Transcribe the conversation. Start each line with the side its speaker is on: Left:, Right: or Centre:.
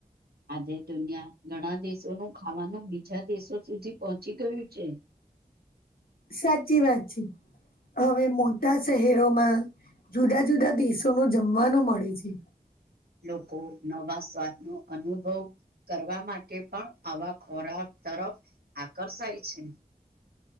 Right: આજે દુનિયા ઘણા દેશોનું ખાવાનું બીજા દેશો સુધી પહોંચી ગયું છે.
Left: સાચી વાત છે, હવે મોટા શહેરોમાં જુદા જુદા દેશોનું જમવાનું મળે છે.
Right: લોકો નવા સ્વાદનો અનુભવ કરવા માટે પણ આવા ખોરાક તરફ આકર્ષાય છે.